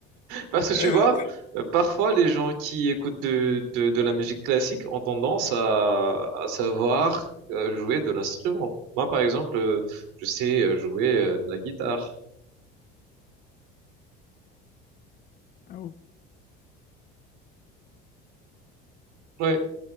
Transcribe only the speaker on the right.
parce que
tu vois, euh, parfois les gens qui écoutent de, de, de la musique classique ont tendance à, à savoir euh, jouer de l'instrument. Moi, par exemple, euh, je sais euh, jouer euh, de la guitare.
Ouais,